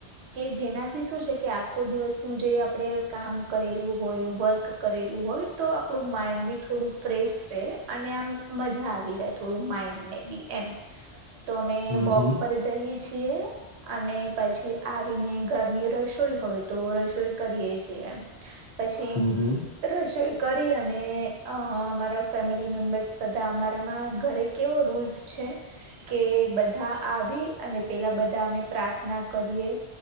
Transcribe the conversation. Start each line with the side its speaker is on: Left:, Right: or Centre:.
Right: કે જેનાથી શું છે કે આખો દિવસનું જે આપણેે કામ કરેલું હોય વર્ક કરેલું હોય તો આપડું માઈન્ડ બી થોડું ફ્રેશ રે અને આમ મજા આવી જાય થોડું માઈન્ડ ને બી એમ તો અમે
Left: હમ
Right: વોક
Left: હમ
Right: પર જઈએ છીએ અને પછી આવીને ઘરની રસોઈ હોય તો રસોઈ કરીયે છીએ પછી
Left: હમ હમ
Right: રસોઈ કરી અને અ મારા ફેમિલી મેમ્બર્સ બધા અમારામાં ઘરે કેવો રૂલ્સ છે કે બધા આવી અને પેલા બધા અમે પ્રાર્થના કરીએ